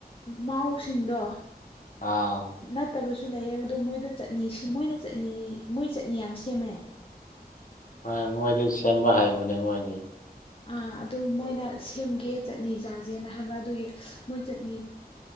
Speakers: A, on the left (about 35°); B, on the left (about 55°).
A: ꯃꯥꯎꯁꯤꯡꯗꯣ
B: ꯑꯥ
A: ꯅꯠꯇꯕꯁꯨ ꯂꯩꯌꯦ ꯑꯗꯣ ꯃꯣꯏꯗ ꯆꯠꯅꯤ ꯃꯣꯏꯅ ꯆꯠꯅꯤ ꯃꯣꯏ ꯆꯠꯅꯤ ꯌꯥꯝ ꯁꯦꯝꯃꯦ
B: ꯍꯣꯏ ꯃꯣꯏꯗꯤ ꯁꯦꯝꯕ ꯍꯩꯕꯅꯦ ꯃꯣꯏꯗꯤ
A: ꯑ ꯑꯗꯨ ꯃꯣꯏꯅ ꯁꯦꯝꯒꯦ ꯆꯠꯅꯤ ꯆꯥꯁꯦꯅ ꯍꯥꯏꯕ ꯑꯗꯨꯒꯤ ꯃꯣꯏ ꯆꯠꯅꯤ